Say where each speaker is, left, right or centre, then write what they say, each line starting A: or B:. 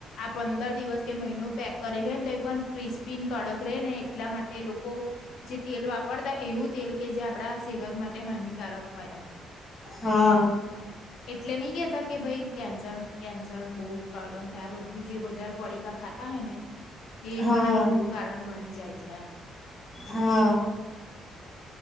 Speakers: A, on the left (about 75°); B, on the left (about 45°).
A: આ પંદર દિવસ કે મહિનો પેક કરેલું હોય ને તો એ પણ ક્રિસ્પીને કડક રે ને એટલા માટે લોકો જે તેલ વાપરતા એવું તેલ કે જે આપણા સેહત માટે હાનિકારક હોય એમ.
B: હા.
A: એટલે નહી કેતા કે ભાઈ કેન્સર કેન્સર બહુ પ્રોબ્લેમ થાય બધું જે વધારે પડીકા ખાતા હોય ને એ
B: હા
A: પણ આ મોટું કારણ બની જાય છે આમ.
B: હા.